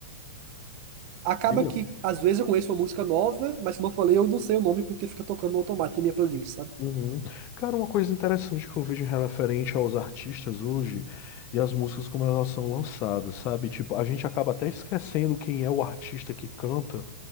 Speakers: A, on the right; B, on the left.
A: acaba
B: Diga.
A: que às vezes eu conheço uma música nova, mas como eu falei, eu não sei o nome porque fica tocando no automático na minha playlist,
B: Uhum. Cara, uma coisa interessante que eu vejo referente aos artistas hoje e as músicas como elas são lançadas, sabe? Tipo, a gente acaba até esquecendo quem é o artista que canta,